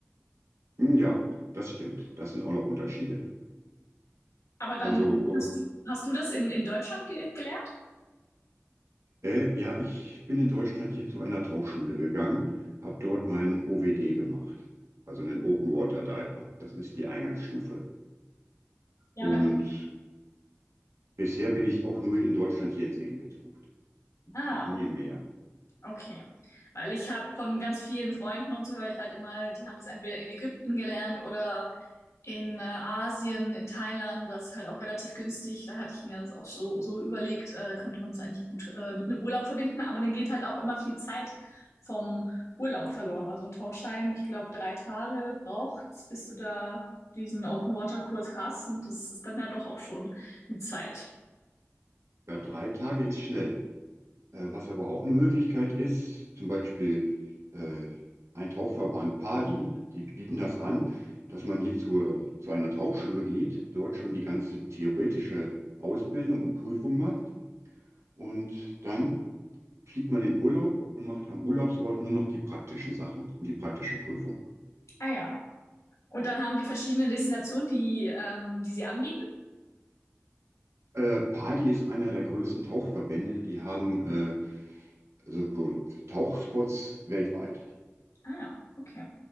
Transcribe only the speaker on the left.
Aber dann
hast du, hast du das in, in Deutschland ge gelernt?
Ja,
genau.
Ah,
Okay, weil ich habe von ganz vielen Freunden und so höre ich halt immer, die haben das entweder in Ägypten gelernt oder in äh, Asien, in Thailand, das ist halt auch relativ günstig. Da hatte ich mir das auch so, so überlegt, äh, könnte man das eigentlich gut äh, mit einem Urlaub verbinden, aber dann geht halt auch immer viel Zeit vom Urlaub verloren. Also ein Tauchschein, ich glaube, drei Tage braucht's, bis du da diesen Open-Water-Kurs hast und das ist dann ja doch auch schon eine Zeit.
Ah ja. Und dann haben die verschiedene Destinationen, die, ähm, die sie anbieten.
Ah ja, okay.